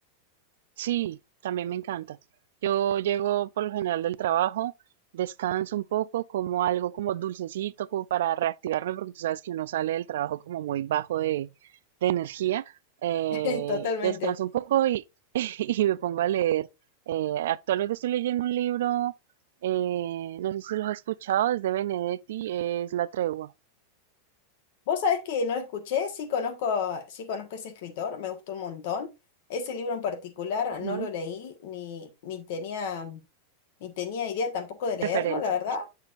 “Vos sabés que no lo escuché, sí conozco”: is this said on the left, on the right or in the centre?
Left